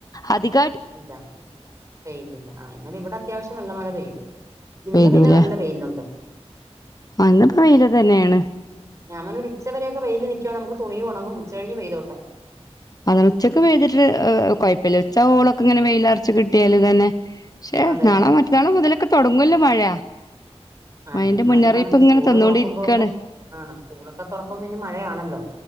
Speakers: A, on the left; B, on the right.
A: അധിക
B: ഇല്ല പെയ്തില്ല ആഹ് എന്നാൽ ഇവിടെ അത്യാവശ്യം നല്ല മഴ പെയ്ത് ഇന്ന് പിന്നെ
A: തുലേ
B: നല്ല വെയിലുണ്ട്
A: എന്നപ്പോ വെയില തന്നെണ്
B: ഞാൻരു ഉച്ചവരെക്കെയിൽ നൽക്കുവണ നമക്ക് തുണിയും ഉണങ്ങും ഉച്ച കഴിഞ് വെയ്തോട്ടെ
A: അതിനന ഉച്ചക്കെ വ്തിട്ട് കുഴപ്പില്ലെച്ചാ ഹോളൊക്കെ ഇങ്ങനെ വെയിലർച്ച കിട്ടിയാല് തന്നെ പക്ഷേ
B: അതെ
A: നാളെ
B: അതെ അതെ
A: മറ്റന്നാളെ മുതലൊക്കെ തുടങ്ങുവല്ലോ മഴ
B: ആഹ്
A: മഴന്റെ
B: ഇനി മഴയാണല്ലോ
A: മുന്നറിയിപ്പ് ഇങ്ങനെ
B: സ്കൂള്
A: തന്നോണ്ടിരിക്കാണ്
B: തുറക്കുമ്പോക്കെ ആഹ് സ്കൂളൊക്കെ തുറക്കുമ്പോ ഇനി മഴയാണല്ലോ